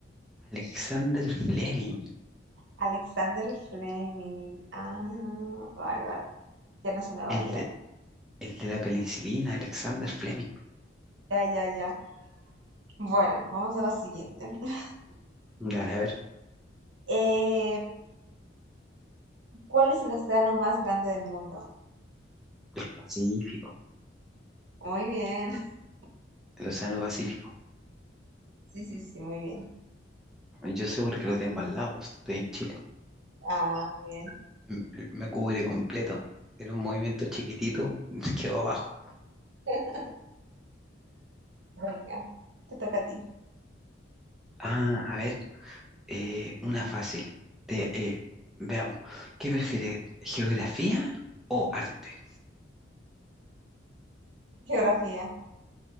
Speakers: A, in the centre; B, on the right.
A: Alexander Fleming,
B: Alexander Fleming. Ah, vale, vale. Ya no se me va
A: el
B: a olvidar.
A: de, el de la penicilina, Alexander Fleming.
B: Ya, ya, ya. Bueno, vamos a la siguiente. <laughs>
A: Dale, a ver,
B: Eh, ¿cuál es el océano más grande del mundo?
A: Pacífico,
B: Muy bien. <laughs>
A: el Océano Pacífico.
B: Sí, sí, sí, muy bien.
A: Yo sé porque lo tengo al lado, estoy en Chile.
B: Ah, bien.
A: m- me cubre completo. Era un movimiento chiquitito, <laughs> quedó abajo.
B: <laughs> Venga, te toca a ti.
A: Ah, a ver, eh, una fácil. Te- eh, veamos, ¿qué prefieres, geografía o arte?
B: Geografía.